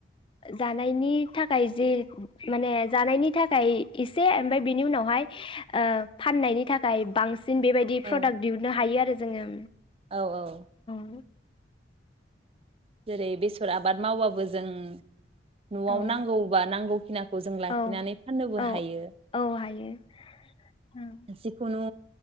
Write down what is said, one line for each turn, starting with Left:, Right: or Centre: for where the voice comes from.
Left: जानायनि थाखाय जे माने जानायनि थाखाय इसे ओमफाय बेनि उनावहाय ओ फाननायनि थाखाय बांसि सिन बेबायदि
Right: औ
Left: प्रडाक्ट दिहुननो हायो आरो जोङो
Right: औ औ
Left: <inaudible>
Right: जेरै बेसर आ बाद मावबाबो जों नआव
Left: औ
Right: नांगौबा नांगौ <unintelligible> जों लाखिनानै
Left: औ
Right: फनोबो
Left: औ
Right: हायो
Left: औ हायो उम
Right: जिखुनु